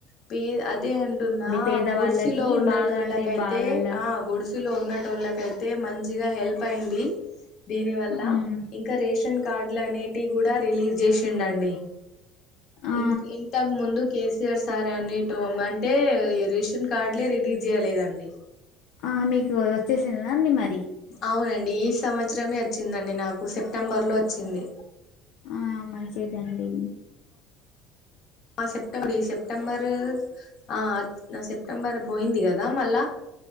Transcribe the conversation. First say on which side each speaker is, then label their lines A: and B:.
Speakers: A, on the left; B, on the left.
A: ప అదే అంటున్న
B: పేదవాళ్ళకి
A: గుడిసులో ఉనేటోళ్ళకైతే
B: బాగా అంటే బాగాళ్ళ
A: ఆ గుడిసులో ఉన్నట్టు ట్టోళ్ళకైతే మంచిగా హెల్ప్ అయింది దీని వల్ల
B: హ్మ్.
A: ఇంక రేషన్ కార్డులు అనేటి కూడ రిలీజ్ చేసిండు అండి
B: ఆ
A: ఇం ఇంతక్ ముందు కేసిఆర్ <unintelligible> అంటే రేషన్ కార్డులే రిలీజ్ చేయలేదండి
B: ఆ మీకు వచ్చేసిందదండి మరి
A: అవునండి ఈ సంవత్సరమే వచ్చిందండి నాకు సెప్టెంబర్ లో వచ్చింది
B: ఆ మంచిదండి
A: ఆ సెప్టెంబ <unintelligible> సెప్టెంబర్ ఆ సెప్టెంబర్ బోయింది కదా మళ్ళ